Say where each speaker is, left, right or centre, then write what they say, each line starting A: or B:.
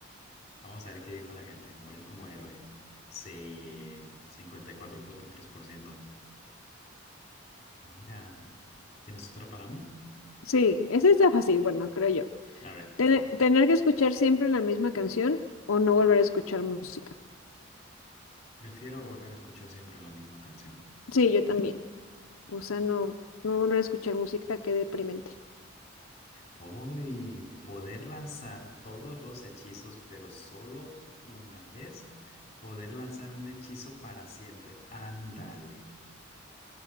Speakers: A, on the left (about 30°); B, on the left (about 80°).
A: Vamos a ver qué dijo la gente. Morir como héroe. Sí, cincuenta y cuatro punto tres por ciento. Mira, ¿tienes otra para mí?
B: sí, esa está fácil, bueno, creo yo.
A: A ver.
B: Tene- tener que escuchar siempre la misma canción o no volver a escuchar música.
A: Prefiero volver a escuchar siempre la misma canción.
B: Sí, yo también. O sea, no, no volver a escuchar música, qué deprimente.
A: Hoy, poder lanzar todos los hechizos, pero solo una vez. Poder lanzar un hechizo para siempre. Ándale.